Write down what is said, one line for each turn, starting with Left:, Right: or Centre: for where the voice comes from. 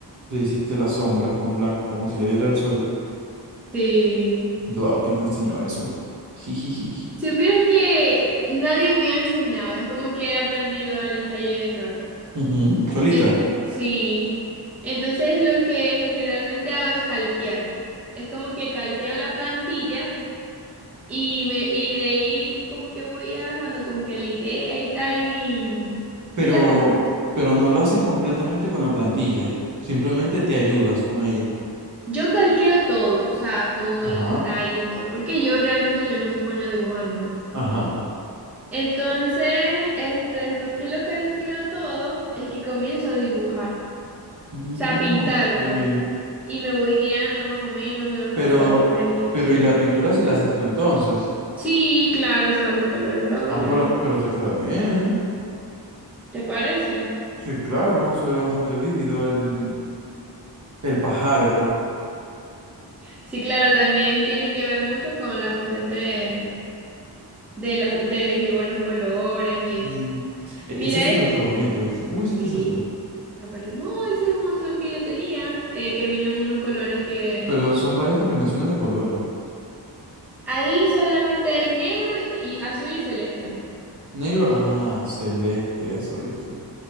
Right: le hiciste las sombras con blanco, como si le diera el sol.
Centre: Sí.
Right: Wow, ¿quién te enseñó a eso? <laughs> Jijijiji.
Centre: Supieras que nadie me ha enseñado. Es como que he aprendido al ensayo y error.
Right: Ujú, Solita.
Centre: En- sí. Entonces lo que generalmente hago es calquear. Es como que calqueo la plantilla y me, y de ahí como que voy agarrando como que la idea y tal y,
Right: pero,
Centre: y las hago.
Right: pero no lo haces completamente con la plantilla. Simplemente te ayudas con ella.
Centre: Yo calqueo todo, o sea, todos
Right: Ajá,
Centre: los detalles, todo, porque yo realmente yo no soy buena dibujando.
Right: ajá.
Centre: Entonces, este, después que lo calqueo todo, es que comienzo a dibujar, o
Right: Mm,
Centre: sea, a pintar,
Right: ok.
Centre: pues, y me voy guiando más o menos de los
Right: Pero,
Centre: colores y eso.
Right: pero, ¿y la pintura si la haces tú entonces?
Centre: Sí, claro, o sea, los colores lo hago
Right: Ah,
Centre: yo.
Right: pero, pero te queda bien.
Centre: ¿Te parece?
Right: Sí, claro, se ve bastante vívido el, el pájaro.
Centre: Sí, claro, también tiene que ver mucho con la cuestión de, de los, de elegir buenos colores y eso.
Right: Mm, e-
Centre: Mira,
Right: Ese azul está bonito, ¿viste? ¿Cómo hiciste
Centre: Sí.
Right: ese azul?
Centre: la per- No, ese es un azul que yo tenía, eh, que vino en unos colores que...
Right: Pero son varias combinaciones de colores.
Centre: Ahí solamente hay negro y azul y celeste.
Right: Negro, ah, celeste, eso, ¿viste?